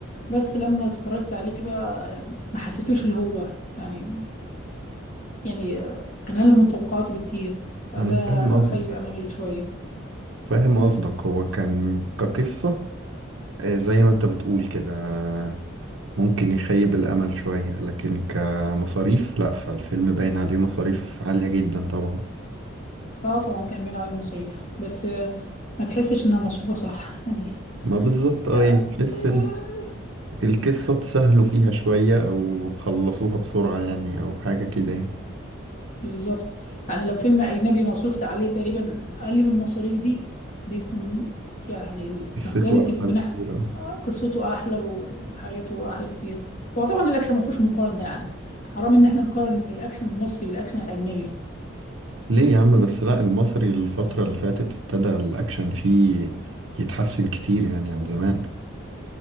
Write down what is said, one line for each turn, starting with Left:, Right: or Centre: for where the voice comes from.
Left: بس لما اتفرجت عليه بقى يعني ما حسيتوش اللي هو يعني يعني كان أقل من توقعاتي بكتير فده
Right: انا فاهم قصدك
Left: خيب أملي شوية
Right: فاهم قصدك هو كان كقصة آه، زي ما انت بتقول كده آه، ممكن يخيب الامل شوية لكن كمصاريف لا فالفيلم باين عليه مصاريف عالية جدا طبعا
Left: اه طبعا كان باين على المصاريف بس آه، ما تحسش إنها مصروفة صح يعني
Right: ما بالظبط اه
Left: آه،
Right: يعني تحس
Left: آه،
Right: ال- القصة اتسهلوا فيها شوية او خلصوها بسرعة يعني او حاجة كده يعني
Left: بالظبط يعني لو فيلم أجنبي مصروفت عليه تقريبا أقل من المصاريف دي بيكون يعني ال-
Right: قصته
Left: ككواليتي
Right: احلى
Left: بيكون
Right: بكتير
Left: أحسن آه، قصته أحلى وحاجاته أحلى بكتير هو طبعا الأكشن ما فيهوش مقارنة يعني حرام إن إحنا نقارن الأكشن المصري بالأكشن الأجنبي
Right: ليه يا عم بس لا المصري الفترة اللي فاتت ابتدى الأكشن فيه يتحسن كتير يعني عن زمان